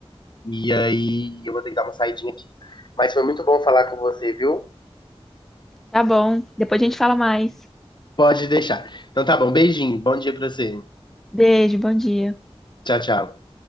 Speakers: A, on the left; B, in the centre.
A: e aí eu vou ter que dar uma saidinha aqui. Mas foi muito bom falar com você, viu?
B: Tá bom. Depois a gente fala mais.
A: Pode deixar. Então tá bom, beijinho, bom dia pra você.
B: Beijo, bom dia.
A: Tchau, tchau.